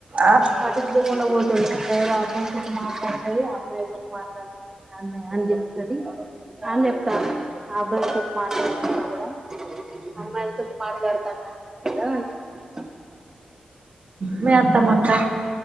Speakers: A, on the right (about 50°); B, on the right (about 20°).
A: ఆ
B: పట్టించుకోకుండా ఒతుండు ఏరాడు <unintelligible>
A: మీ అత్తమ్మ కా